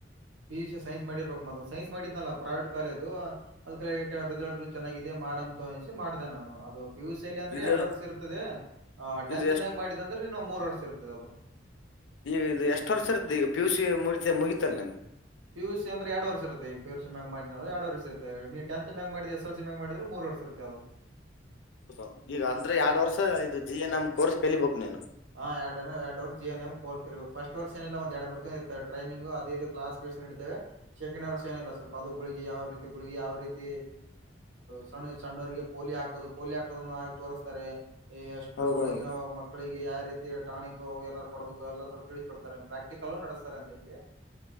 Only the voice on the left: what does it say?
ಇದು
ಇದು ಎಷ್ಟ್
ಈಗ ಇದು ಎಷ್ಟು ವರ್ಷ ಇರುತ್ತದೆ ಈಗ ಪಿುಸ ಮುಗಿತ ಮುಗಿತಲ್ ನ
ಹೌದ ಈಗ ಅಂದ್ರೆ ಎರಡ್ ವರ್ಷ ಇದು ಜಿ ಎನ್ ಎಮ್ ಕೋರ್ಸ್ ಕಲಿಬೇಕಕ್ ನೀನು
ಹೌದೌದು